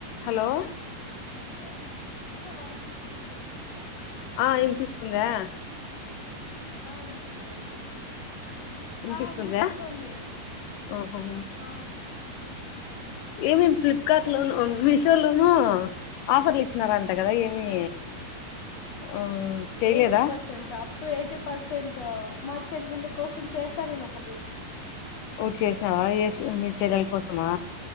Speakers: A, on the left (about 85°); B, on the left (about 65°).
A: హలో
B: హలో అక్క వాయిస్ వినిపిస్తుందా
A: ఆ వినిపిస్తుంది ఆ
B: ఆ వినిపిస్తుంది వినిపిస్తుంది
A: వినిపిస్తుంద
B: ఆ వినిపిస్తుంది
A: ఓహో
B: ఆ
A: ఏమేమి ఫ్లిప్కార్ట్ లోన
B: ఏం చేస్తున్నావు
A: మీషో లోనూ ఆఫర్లు ఇచ్చినారాంట ట కదా ఏమి
B: ఆ
A: ఆ చేయలేదా
B: ఎయిటీ percent up to eighty percent మా చెల్లెళ్ళ కోసం చేశా నేను ఒకటి
A: ఒకటి చేసవా ఎస్ మీ చెల్లెల కోసమా